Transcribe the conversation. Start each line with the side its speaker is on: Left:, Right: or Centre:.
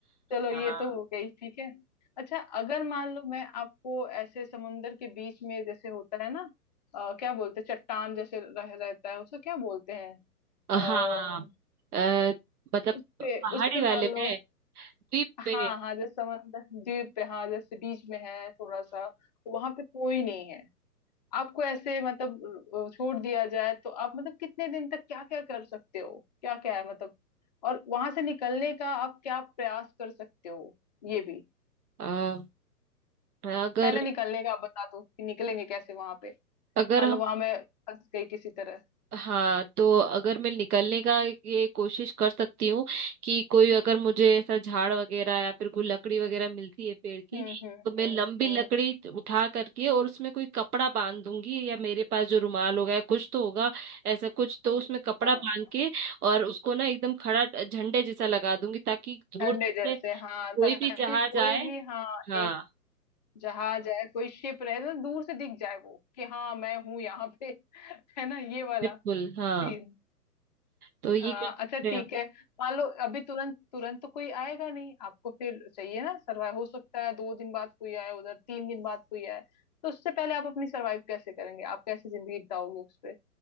Left: चलो
Right: हाँ
Left: ये तो हो गई ठीक है अच्छा अगर मान लो मैं आपको ऐसे समुंदर के बीच में जैसे होता है ना अ, क्या बोलते हैं चट्टान जैसे रह रहता है उसको क्या बोलते हैं
Right: हाँ
Left: आ,
Right: अ, मतलब
Left: उस पे
Right: पहाड़ी
Left: उस पे
Right: वाले
Left: मान लो
Right: में द्वीप
Left: हाँ
Right: पे
Left: हाँ जैसे समंदर द्वीप पे हाँ जैसे बीच में है थोड़ा सा वहां पे कोई नहीं है आपको ऐसे मतलब छोड़ दिया जाए तो आप मतलब कितने दिन तक क्या क्या कर सकते हो क्या क्या है मतलब और वहां से निकलने का आप क्या प्रयास कर सकते हो ये भी
Right: हाँ अगर
Left: पहले निकलने का आप बता दो कि निकलेंगे कैसे वहां पे
Right: अगर
Left: मान
Right: हम
Left: लो वहां मैं फंस गई किसी तरह
Right: हाँ तो अगर मैं निकलने का ये कोशिश कर सकती हूँ कि कोई अगर मुझे ऐसा झाड़ वगैरह या फिर कोई लकड़ी वगैरह मिलती है पेड़ की
Left: हम्म हम्म
Right: तो मैं
Left: हम्म
Right: लंबी
Left: हम्म
Right: लकड़ी उठा करके और उसमें कोई कपड़ा बांध दूंगी या मेरे पास जो रुमाल होगा या कुछ तो होगा ऐसा कुछ तो उसमें कपड़ा
Left: हाँ
Right: बांध के और उसको ना एकदम खड़ा झंडे जैसा लगा दूंगी ताकि दूर
Left: ठंडे
Right: से
Left: जैसे हाँ
Right: कोई
Left: ताकि
Right: भी जहाज
Left: कोई
Right: आए
Left: भी हाँ
Right: हाँ
Left: ये जहाज है कोई शिप रहे तो दूर से दिख जाए वो कि हाँ मैं हूँ यहाँ पे <laughs> है ना ये वाला
Right: बिल्कुल हाँ
Left: सीन
Right: तो ये
Left: अ,
Right: कर सकते
Left: अच्छा
Right: हैं
Left: ठीक
Right: हम।
Left: है मान लो अभी तुरंत तुरंत तो कोई आएगा नहीं आपको फिर चाहिए ना सर्वाइव हो सकता है दो दिन बाद कोई आए उधर तीन दिन बाद कोई आए तो उससे पहले आप अपनी सर्वाइव कैसे करेंगे आप कैसे जिंदगी बिताओगे उस पे